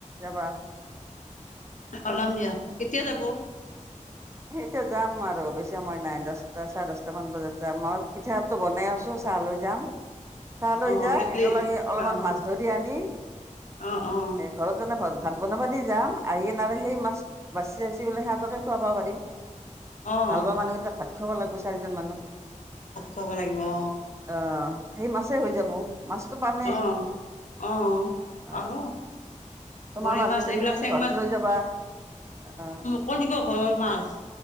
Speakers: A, on the right; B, on the left.
A: যাবা।
B: ওলাম দিয়া, কেতিয়া যাব?
A: এতিয়া যাম আৰু অৱশ্যে মই নাই, দশটা চাৰে দশটা মান বজাত যাম আৰু পিঠাত টো বনাই আছো, চাহ লৈ যাম। তালৈ
B: অ',
A: যায়,
B: কেটলি
A: একেলগে অলপমান
B: অ',
A: মাছ ধৰি আনি এ,
B: অ', অ',
A: ঘৰত জনাই ভা-ভাত বনাব দি যাম, আহি কিনে সেই মাছ বাচি-যচি বোলে সিহঁতকে খুৱাব পাৰিম।
B: অ',
A: হাল বোৱা মানুহ এটাক ভাত খোৱাব লাগিব, চাৰিজন মানুহ।
B: ভাত খুৱাব লাগিব অ'।
A: আহ, সেই মাছেই হৈ যাব। মাছটো পামেই,
B: অ', অ',
A: অ'।
B: পাব
A: তোমাৰ
B: গৰৈ
A: মাছ কেইটা
B: এইবিলাক
A: তুমি আজি
B: চেং
A: ঘৰত লৈ যাবা, আহ'।
B: কৈ দিব, ঘৰৰ মাছ।